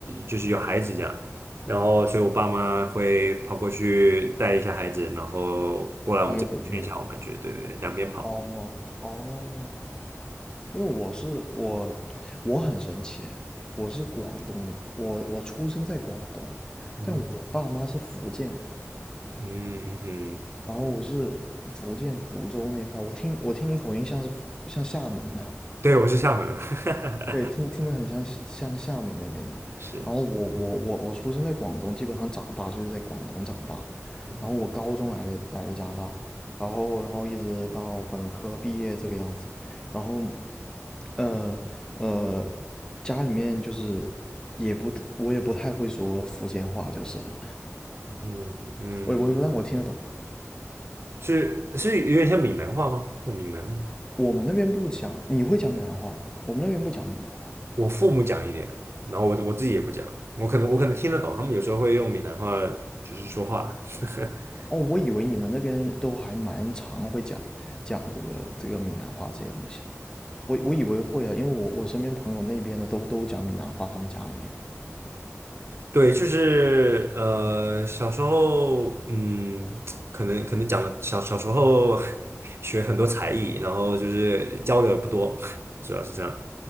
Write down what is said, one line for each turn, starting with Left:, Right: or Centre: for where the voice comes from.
Right: 就是有孩子这样，然后所以我爸妈会跑过去带一下孩子，然后过来我们这边看一下我们，
Left: 那又回去。
Right: 就是对对，对两边跑。
Left: 哦哦，因为我是我，我很神奇，我是广东，我我出生在广东，
Right: 嗯
Left: 但我爸妈是福建人，
Right: 嗯嗯哼
Left: 然后我是福建福州那一块，我听我听你口音像是福像厦门的，
Right: 对，我是厦门人，<laughs>
Left: 对，听听着很像像厦门那边的。
Right: 是，
Left: 然后我我我我出生在广东，基本上长大就是在广东长大。
Right: 嗯
Left: 然后我高中来的来的加拿大，然后然后一直到本科毕业这个样子。然后，呃呃，家里面就是也不我也不太会说福建话就是了，
Right: 嗯嗯，
Left: 我也不会说，但我听得懂。
Right: 是是有点像闽南话吗？那闽南吗？
Left: 我们那边不讲，你会讲闽南话吗？我们那边不讲闽南话。
Right: 我父母讲一点，然后我我自己也不讲，我可能我可能听得懂，他们有时候会用闽南话就是说话。<laughs>
Left: 哦，我以为你们那边都还蛮常会讲讲这个这个闽南话这些东西的，我我以为会啊，因为我我身边朋友那边的都都讲闽南话，他们家里面。
Right: 对，就是呃，小时候，嗯，可能可能讲的小小时候 <laughs> 学很多才艺，然后就是交流也不多，主要是这样。